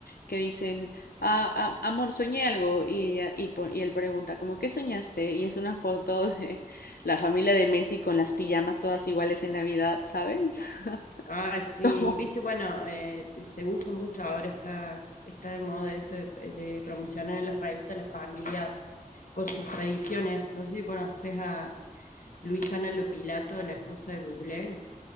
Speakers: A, on the left; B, on the left.
A: que dicen, "Ah, ah, amor, soñé algo. Y, ella, y, pon- y él pregunta, como, ¿qué soñaste? Y es una foto de la familia de Messi con las pijamas todas iguales en Navidad, ¿sabes? <laughs>
B: Ah, sí,
A: Como,
B: y viste, bueno, eh, se usa mucho ahora, está, está de moda eso de, de promocionar en las revistas las familias con sus tradiciones. No sé si conoces a Luisana Lopilato, la esposa de Bublé,